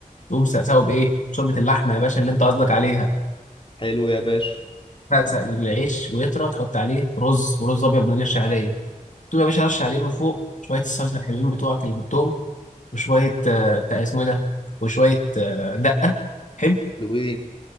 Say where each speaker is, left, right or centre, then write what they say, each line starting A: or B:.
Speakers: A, on the left; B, on the left.
A: تقوم ساقسه بايه شوربه اللحمه يا باشا اللي انت قصدك عليها
B: حلو يا باشا
A: تسقسق العيش ويطرى تحط عليه رز ورز ابيض من غير شعريه تقوم يا باشا رش عليه من فوق شويه الصلصه الحلوين بتوعك اللي جبتهم وشويه آه، بتاع اسمه ايه ده وشويه آه، دقه حلو
B: حلوين